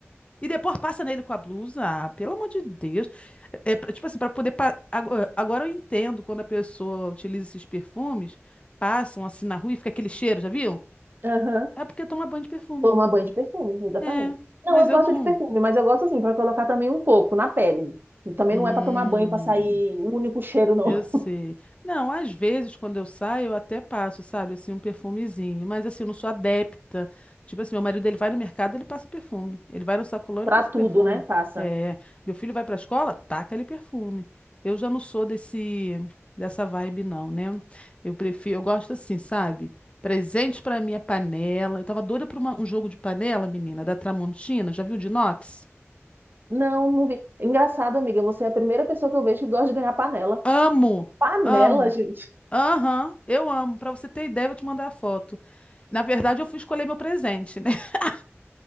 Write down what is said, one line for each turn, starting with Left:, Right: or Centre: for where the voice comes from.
Left: e depois passa nele com a blusa. Ah, pelo amor de Deus. É, é pra- tipo assim, para poder. pa- Agora, agora eu entendo quando a pessoa utiliza esses perfumes, passam assim na rua e fica aquele cheiro, já viu?
Right: Aham,
Left: É porque toma banho de perfume.
Right: Tomar banho de perfume, exatamente.
Left: É,
Right: Não,
Left: mas
Right: eu gosto
Left: eu não.
Right: de perfume, mas eu gosto assim, para colocar também um pouco na pele. Também
Left: Hum.
Right: não é para tomar banho, para sair o único cheiro, não.
Left: Eu sei. Não, às vezes quando eu saio, eu até passo, sabe, assim, um perfumezinho, mas assim, eu não sou adepta. Tipo assim, meu marido ele vai no mercado, ele passa perfume. Ele vai no sacolão,
Right: <laughs>
Left: ele
Right: Para
Left: passa
Right: tudo,
Left: perfume.
Right: né? Passa.
Left: É, meu filho vai pra escola, taca ali perfume. Eu já não sou desse dessa vibe não, né? Eu prefiro, eu gosto assim, sabe? Presente pra minha panela. Eu tava doida pra uma- um jogo de panela, menina, da Tramontina. Já viu de inox?
Right: Não, não vi. Engraçado, amiga, você é a primeira pessoa que eu vejo que gosta de ganhar panela.
Left: Amo,
Right: Panela,
Left: amo.
Right: gente.
Left: Aham, eu amo. Pra você ter ideia, eu vou te mandar a foto. Na verdade, eu fui escolher meu presente, né? <laughs>